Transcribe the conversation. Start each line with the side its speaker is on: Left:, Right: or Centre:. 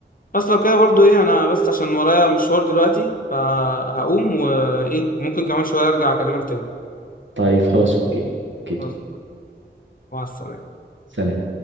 Left: بس لو كده برضو ايه انا بس عشان ورايا مشوار دلوقتي فهقوم وايه ممكن كمان شويه ارجع اكلمك تاني
Right: طيب خلاص أوكي أوكي
Left: خلاص مع السلامة
Right: سلام